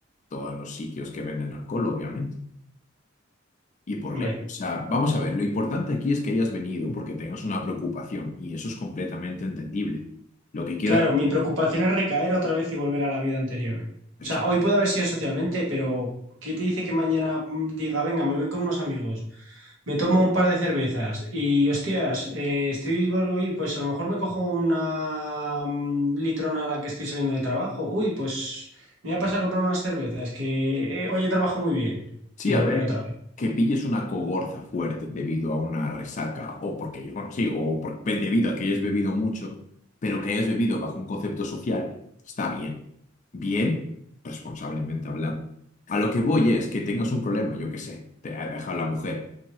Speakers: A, on the left; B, on the right.
A: todos los sitios que venden alcohol, obviamente. Y por
B: Hombre,
A: ley. O sea, vamos a ver, lo importante aquí es que hayas venido porque tengas una preocupación y eso es completamente entendible. Lo que quieras
B: claro, mi preocupación es recaer otra vez y volver a la vida anterior. O
A: pero
B: sea, hoy puede haber sido socialmente, pero ¿qué te dice que mañana mm, diga, venga, me voy con unos amigos, me tomo un par de cervezas y, hostias, eh, estoy, uy, pues a lo mejor me cojo una mm, litrona a la que estoy saliendo del trabajo. Uy, pues me voy a pasar a comprarme unas cervezas, que eh, hoy he trabajado muy bien
A: Sí,
B: y volver
A: a ver,
B: otra
A: que pilles una cogorza fuerte debido a una resaca o porque, bueno, sí, o por- pe- debido a que hayas bebido mucho, pero que hayas bebido bajo un concepto social, está bien. Bien, responsablemente hablando. A lo que voy es que tengas un problema, yo qué sé, te ha dejado la mujer,